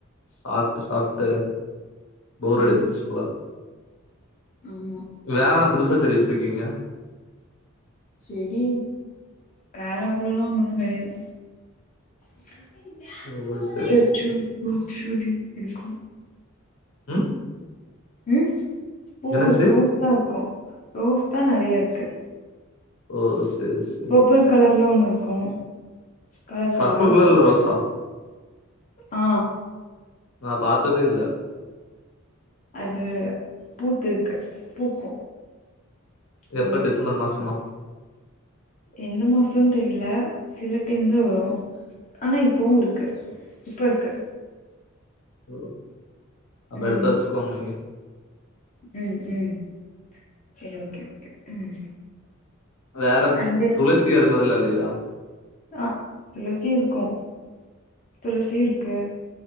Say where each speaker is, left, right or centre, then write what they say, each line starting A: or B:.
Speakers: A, on the left; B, on the left.
A: சாப்ட்டு சாப்ட்டு போர்
B: ம்
A: அடிச்சிர்ச்சு போல
B: ஆமா
A: வேற என்ன புதுசா செடி வெச்சிருக்கீங்க
B: செடி வேற அவ்ளலா ஒன்னு கெடையாது <unintelligible>
A: ஓ சரி சரி
B: இருக்கு
A: ம்
B: ம் பூ
A: என்ன செடி
B: ரோஸ் தா இருக்கு ரோஸ் தா நெறைய இருக்கு
A: ஓ சேர் சேர்
B: பர்பிள் கலர்ல ஒன்னு இருக்கு கலர் கலரா
A: பர்பிள்
B: இருக்கு
A: கலர்ல ரோசா
B: ஆ
A: நா பாத்ததே இல்ல
B: அது பூத்துருக்கு பூக்கு
A: எப்ப
B: வரு
A: டிசம்பர் மாசமா
B: எந்த மாசன் தெரில சில டைம் தா வரு ஆனா இப்பவு இருக்கு இப்ப இருக்கு
A: ஓ அப்ப
B: ம்
A: எடுத்து வெச்சுக்கோங்க நீங்க
B: ம் ம் செரி ஓகே ஓகே ம்
A: வேற
B: சண்டே
A: துளசி அது மாத்ரில இல்லையா
B: ஆ துளசி இருக்கு துளசி இருக்கு